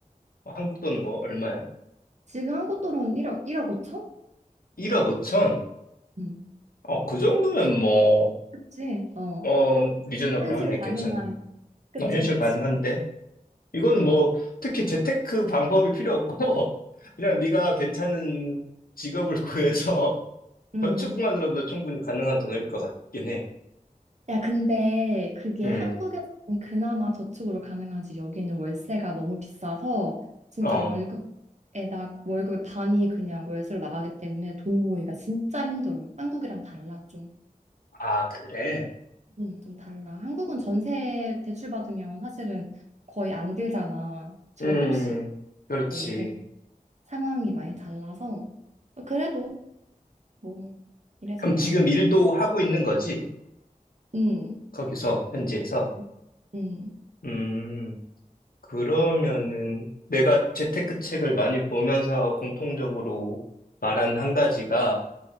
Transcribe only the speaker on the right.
지금 한국 돈은 1억, 1억 5천?
음.
그치? 어.
현실이 가능한.
그치,
그치.
음.
야, 근데 그게
한국에서는 그나마 저축으로 가능하지. 여기는 월세가 너무 비싸서 진짜
월급에다, 월급의 반이 그냥 월세로 나가기 때문에 돈 모으기가 진짜 힘들어. 한국이랑 달라, 좀.
음, 좀 달라. 한국은 전세 대출 받으면 사실은 거의 안 들잖아. 주거값이.
근데 여기는 상황이 많이 달라서 어, 그래도 뭐 이래저래
음,
음, 음.